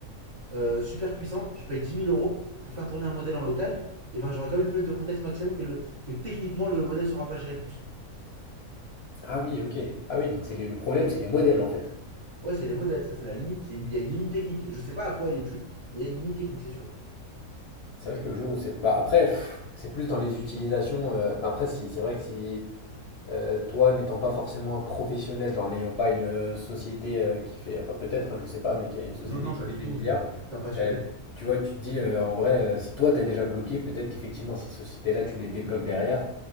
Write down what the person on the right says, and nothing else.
euh, super puissantes, je paye dix mille euros pour faire tourner un modèle en local, et ben j'aurai quand même une fenêtre de contexte maximum que, le, que techniquement le modèle sera pas géré plus.
Ouais, c'est les modèles, ça c'est la limite, il y a une limite technique. Je sais pas à quoi elle est due, mais il y a une limite technique, c'est sûr.
Non, non,
pas
du
tout,
je suis un passionné.